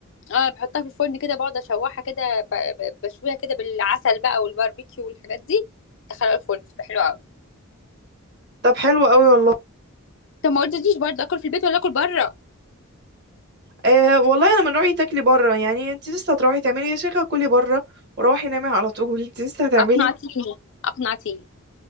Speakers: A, on the left; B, on the right.
A: اه بحطها في الفرن كده بقعد اشوحها كده ب- ب- بشويها كده بالعسل بقى والباربيكيو والحاجات دي ادخلها الفرن بتبقى حلوه قوي
B: طب حلو قوي والله
A: طب ما قلتليش برضه اكل في البيت ولا اكل بره
B: أه والله انا من رايي تاكلي بره يعني انت لسه هتروحي تعملي يا شيخه كلي بره وروحي نامي على طول <laughs> انت لسه هتعملي
A: اقنعتيني اقنعتيني